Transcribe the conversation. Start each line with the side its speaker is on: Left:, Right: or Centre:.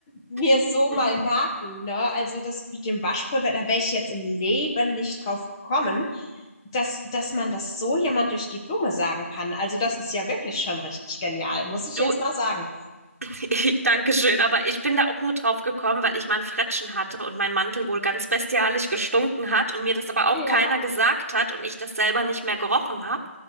Left: mir
Right: Mhm.
Left: so mal merken, ne? Also das mit dem Waschpulver, da wäre ich jetzt im Leben nicht drauf gekommen, dass, dass man das so jemand durch die Blume sagen kann. Also das ist ja wirklich schon richtig genial, muss ich
Right: Du,
Left: jetzt mal sagen.
Right: <laughs> ich, danke schön, aber ich bin da auch nur drauf gekommen, weil ich mal ein Frettchen hatte und mein Mantel wohl ganz bestialisch gestunken hat und mir das aber auch
Left: Ja.
Right: keiner gesagt hat und ich das selber nicht mehr gerochen habe,